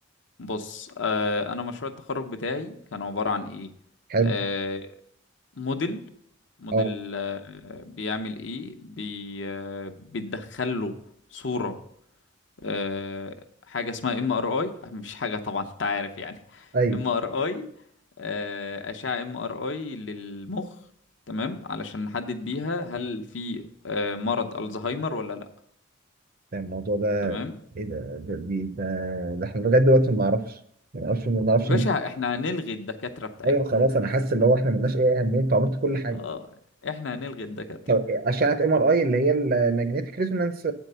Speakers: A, on the left; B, on the right.
A: بص آه انا مشروع التخرج بتاعي كان عبارة عن ايه
B: حلو
A: آه موديل موديل
B: اه
A: آه بيعمل ايه بي آه بتدخل له صورة آه حاجة اسمها ام ار اي مش حاجة طبعا انت عارف يعني
B: ايوه
A: ام ار اي آه أشعة ام ار اي للمخ تمام علشان نحدد بيها هل في آه مرض الزهايمر ولا لا
B: يعني الموضوع ده
A: تمام
B: ايه ده ده دي- ده, ده احنا لغايه دلوقتي ما نعرفش ما نعرفش ما نعرفش
A: يا باشا احنا هنلغي الدكاترة بتاعتكم
B: ايوه خلاص انا حاسس اللي هو احنا ملناش اي اهميه انتوا عملتوا كل حاجه
A: اه احنا هنلغي الدكاترة
B: طب اشعه ام ار اي اللي هي الماجنتيك ريزونانس